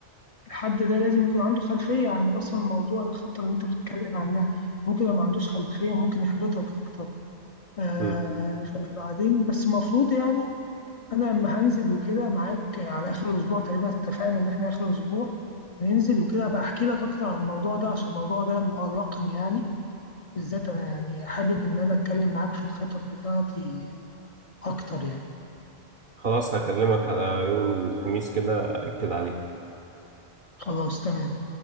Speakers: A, on the left; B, on the right.
A: الحد ده لازم يكون عنده خلفية عن أصلا موضوع الخطة اللي أنت بتتكلم عنها ممكن لو ما عندوش خلفية ممكن يحبطك أكتر آه
B: مم.
A: فبعدين بس المفروض يعني أنا لما هنزل وكده معاك على آخر الأسبوع تقريبا اتفقنا إن إحنا آخر الأسبوع هننزل وكده أبقى أحكي لك أكتر عن الموضوع ده عشان الموضوع ده مقلقني يعني بالذات أنا يعني حابب إن أنا أتكلم معاك في الخطط بتاعتي أكتر يعني
B: خلاص هكلمك على يوم الخميس كده أكد عليك
A: خلاص تمام